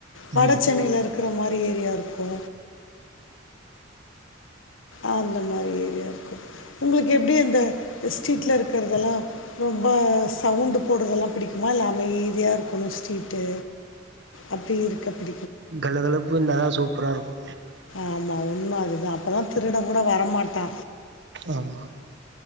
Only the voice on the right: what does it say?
ம்
கலகலப்பு இருந்தாதா சூப்பரா இருக்கு
ஆமா